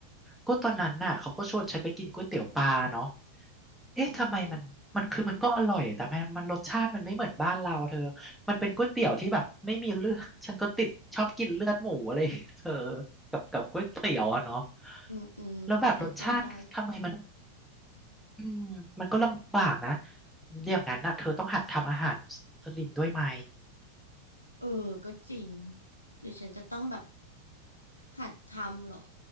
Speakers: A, in the centre; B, on the left (about 85°).
A: ก็ตอนนั้นน่ะเขาก็ชวนฉันไปกินก๋วยเตี๋ยวปลาเนาะเอ๊ะทำไมมันมันคือมันก็อร่อยแต่ทำไมมันรสชาติมันไม่เหมือนบ้านเราเธอ
B: อือฮึ
A: มันเป็นก๋วยเตี๋ยวที่แบบไม่มีเลือดฉันก็ติดชอบกินเลือดหมูอะไรเธอกับกับก๋วยเตี๋ยวอะเนาะ
B: อืมอืมฉันเข้าใจ
A: แล้วแบบรสชาติทำไมมันอืมมันก็ลำบากนะอย่างนั้นน่ะเธอต้องหัดทำอาหารมุสลิมด้วยไหม
B: เออก็จริงหรือฉันจะต้องแบบหัดทำเหรอ